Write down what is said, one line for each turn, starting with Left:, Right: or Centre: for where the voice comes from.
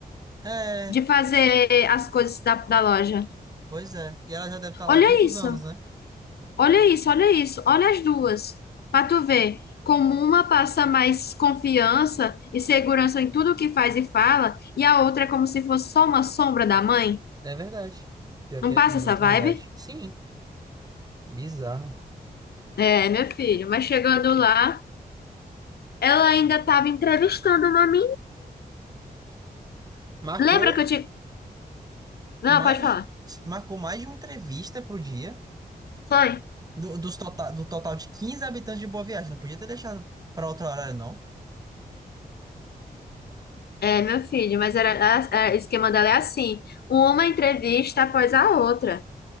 Right: É,
Left: de fazer as coisas da, da loja.
Right: pois é. E ela já deve estar lá
Left: Olha
Right: há quantos
Left: isso,
Right: anos, né?
Left: olha isso, olha isso, olha as duas, para tu ver como uma passa mais confiança e segurança em tudo que faz e fala, e a outra é como se fosse só uma sombra da mãe.
Right: É verdade. Pior
Left: Não
Right: que é
Left: passa
Right: muito
Left: essa vibe?
Right: verdade. Sim, bizarro.
Left: É, meu filho, mas chegando lá, ela ainda estava entrevistando uma menina.
Right: Marcou
Left: Lembra que eu te. Não,
Right: mais
Left: pode falar.
Right: de... Marcou mais de uma entrevista pro dia.
Left: Foi.
Right: Do, dos total, do total de 15 habitantes de Boa Viagem. Não podia ter deixado para outro horário, não.
Left: É, meu filho, mas era, a- a- o esquema dela é assim: uma entrevista após a outra.